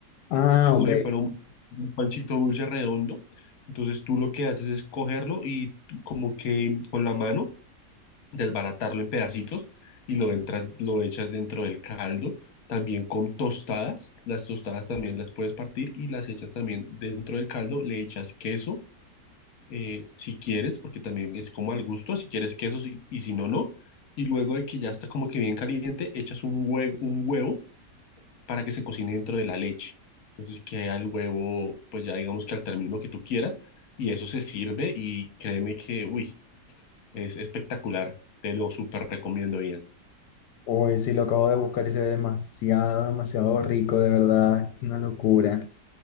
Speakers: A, on the left (about 80°); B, on the left (about 60°).
A: Ah,
B: es como
A: ok.
B: si fuera un, un pancito dulce redondo. Entonces tú lo que haces es cogerlo y como que con la mano desbaratarlo en pedacitos y lo, entras, lo echas dentro del caldo, también con tostadas, las tostadas también las puedes partir y las echas también dentro del caldo, le echas queso eh, si quieres, porque también es como al gusto, si quieres queso si- y si no, no, y luego de que ya está como que bien caliente, echas un huevo, un huevo para que se cocine dentro de la leche. Entonces queda el huevo, pues ya digamos que al término que tú quieras, y eso se sirve y créeme que, uy, es espectacular, te lo súper recomiendo bien.
A: Hoy sí lo acabo de buscar y se ve demasiado, demasiado rico, de verdad, es una locura.